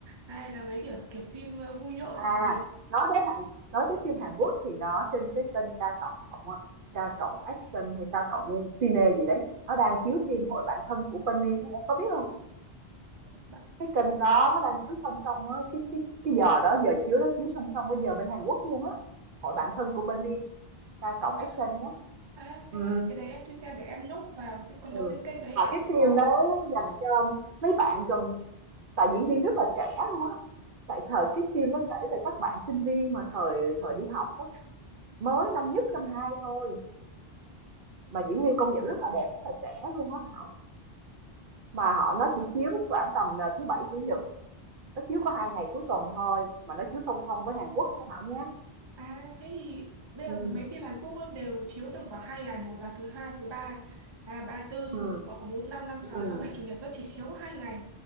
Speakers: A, on the right; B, on the right.
A: hai là mấy kiểu kiểu phim ờ, vui nhộn
B: À,
A: tại vì
B: nói đến Hàn nói tới phim Hàn Quốc thì nó trên cái kênh K cộng á, K cộng Action hay K cộng Cine gì đấy, nó đang chiếu phim Hội bạn thân của Penny đó, em có biết không?
A: bạn
B: Cái kênh đó nó đang chiếu song song á, cái cái cái giờ đó giờ chiếu nó chiếu song song với giờ bên Hàn Quốc luôn á. Hội bạn thân của Penny K cộng Action
A: à,
B: nhé.
A: à,
B: Ừ,
A: cái, cái đấy em chưa xem để em nốt vào cái còn
B: ừ.
A: đâu cái kênh đấy
B: Mà
A: em
B: cái
A: cũng
B: phim
A: có.
B: đó dành cho mấy bạn gồm tại diễn viên rất là trẻ luôn á. Tại thời cái phim nó kể về các bạn sinh viên mà thời thời đi học á mới năm nhất năm hai thôi mà diễn viên công nhận rất là đẹp rất là trẻ luôn á Thảo mà họ nó chỉ chiếu khoảng tầm là thứ bảy chủ nhật nó chiếu có hai ngày cuối tuần thôi mà nó chiếu
A: Ừ.
B: song song với Hàn Quốc nha Thảo nhé
A: À thế thì bây
B: ừ
A: giờ mấy phim Hàn Quốc ấy đều chiếu tầm khoảng hai ngày một là thứ hai thứ ba à ba tư
B: ừ
A: hoặc là bốn năm năm sáu
B: ừ
A: sáu bảy chủ nhật nó chỉ chiếu hai ngày